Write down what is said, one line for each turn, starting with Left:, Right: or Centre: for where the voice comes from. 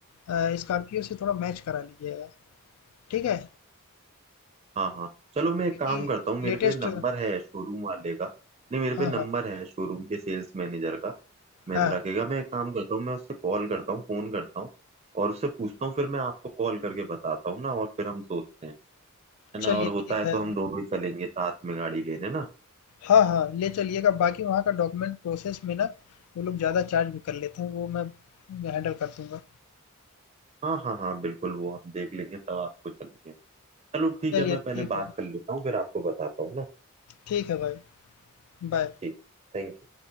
Left: अ, स्कॉर्पियो से थोड़ा मैच करा लीजिएगा, ठीक है?
Right: हाँ हाँ चलो मैं एक
Left: क्योंकि
Right: काम करता हूँ मेरे
Left: लेटेस्ट
Right: पे नंबर
Left: हाँ,
Right: है शोरूम वाले का नहीं मेरे
Left: हाँ,
Right: पे नंबर
Left: हाँ,
Right: है शोरूम के सेल्स मैनेजर का महिंद्रा
Left: हाँ,
Right: के क्या मैं एक काम करता हूँ मैं उससे कॉल करता हूँ फोन करता हूँ और उससे पूछता हूँ फिर मैं आपको कॉल करके बताता हूँ ना और फिर हम सोचते हैं है
Left: चलिए
Right: ना और होता
Left: ठीक
Right: है तो
Left: है।
Right: हम दोनों ही चलेंगे साथ में गाड़ी लेने ना
Left: हाँ, हाँ, ले चलिएगा, बाकी वहाँ का डॉक्यूमेंट प्रोसेस में ना, वो लोग ज़्यादा चार्ज भी कर लेते हैं, वो मैं हैंडल कर दूँगा।
Right: हाँ हाँ हाँ बिल्कुल वो हम देख लेंगे तब आपको चलेंगे चलो ठीक
Left: चलिए
Right: है मैं पहले
Left: ठीक
Right: बात
Left: है।
Right: कर लेता हूँ फिर आपको बताता हूँ ना
Left: ठीक है भाई बाय
Right: ठीक Thank you